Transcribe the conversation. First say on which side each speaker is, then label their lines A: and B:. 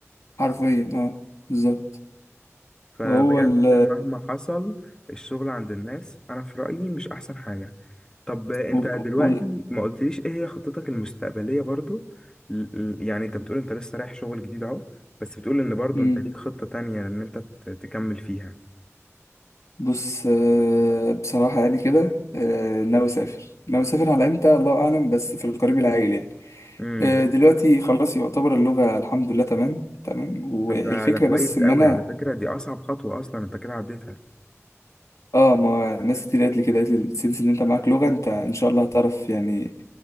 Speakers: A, on the left; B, on the left.
A: حرفيا اه بالظبط
B: فبجد
A: وهو ال
B: مهما حصل الشغل عند الناس انا في رأيي مش احسن حاجة طب انت
A: و...
B: دلوقتي
A: و...
B: ما قلتليش ايه هي خطتك المستقبلية برضو ل- ل- يعني انت بتقول انت لسه رايح شغل جديد اهو بس بتقول ان برضو
A: مم.
B: انت ليك خطة تانية ان انت ت- تكمل فيها
A: بص آه، بصراحة يعني كده آه، ناوي أسافر ناوي أسافر على إمتى الله أعلم بس في القريب العاجل يعني
B: امم
A: آه، دلوقتي خلاص يعتبر اللغة الحمد لله تمام تمام والفكرة
B: طب ده ده كويس
A: بس إن
B: قوي
A: أنا
B: على فكرة دي اصعب خطوة اصلا انت كده عديتها
A: آه ما ناس كتير قالت لي كده قالت لي السنس إن أنت معاك لغة أنت إن شاء الله هتعرف يعني